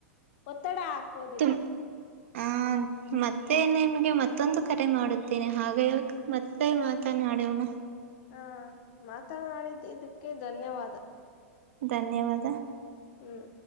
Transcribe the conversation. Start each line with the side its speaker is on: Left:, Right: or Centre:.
Left: ಒತ್ತಡ ಹಾಕೋದಿಲ್ಲ
Right: ತುಂ ಆ ಮತ್ತೆ ನಿಮ್ಗೆ ಮತ್ತೊಂದು ಕರೆ ಮಾಡುತ್ತೇನೆ ಹಾಗ ಮತ್ತೆ ಮಾತನಾಡವನು
Left: ಹಾ ಮಾತನಾಡಿದ್ದ ಇದಕ್ಕೆ ಧನ್ಯವಾದ
Right: ಧನ್ಯವಾದ
Left: ಹ್ಮ್